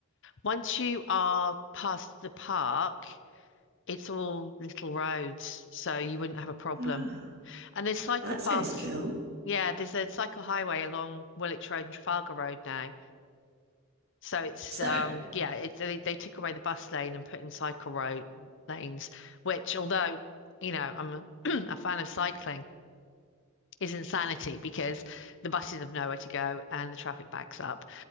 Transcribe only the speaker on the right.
Ah,
well, that
sounds cool.
Is there?